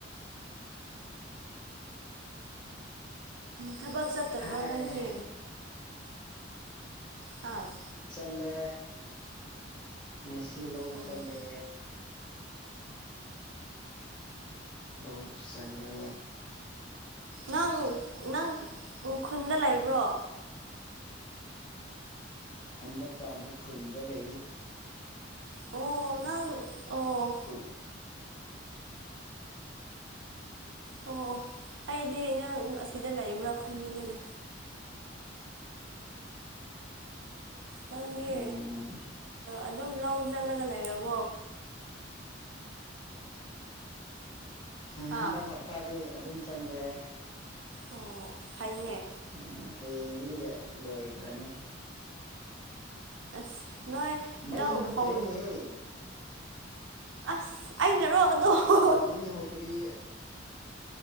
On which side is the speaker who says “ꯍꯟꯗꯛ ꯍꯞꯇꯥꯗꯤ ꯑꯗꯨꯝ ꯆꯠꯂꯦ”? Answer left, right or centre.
Left